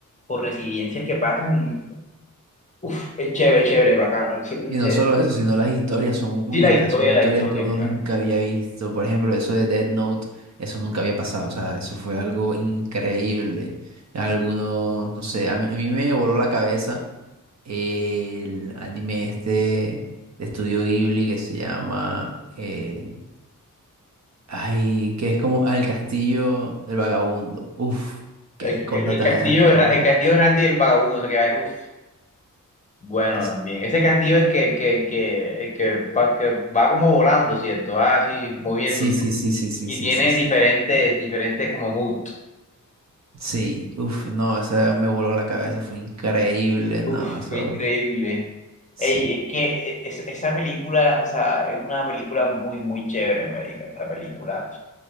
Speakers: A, on the left (about 25°); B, on the right (about 55°).
A: por residencias que pasan y uf, es chévere, chévere, bacano, excelente.
B: Y no solo eso, sino las historias son únicas.
A: Sí, la historia,
B: Son
A: la
B: historias
A: historia,
B: que uno
A: claro.
B: nunca había visto. Por ejemplo, eso de Death Note, eso nunca había pasado. O sea, eso fue algo increíble. Algunos, no sé, a mí, a mí me voló la cabeza el anime este de Estudio Ghibli que se llama eh, Ay, que es como ah, el castillo del vagabundo. Uf, qué
A: El,
B: cosa
A: el, el
B: tan
A: castillo
B: hermosa.
A: de Ra- el castillo de Randy y el vagabundo se queda, uf, bueno
B: Es...
A: también. Ese castillo el que, que, que, el que, pa- que va como volando, ¿cierto? Va así moviéndose.
B: Sí, sí, sí, sí, sí,
A: Y
B: sí,
A: tiene
B: sí. Sí,
A: diferentes, diferentes como moods.
B: Sí, uf, no, esa me voló la cabeza, fue increíble, no,
A: Uf,
B: eso,
A: fue increíble.
B: sí.
A: Ey, es que e, es- esa película, o sea, es una película muy, muy chévere, marica, la película.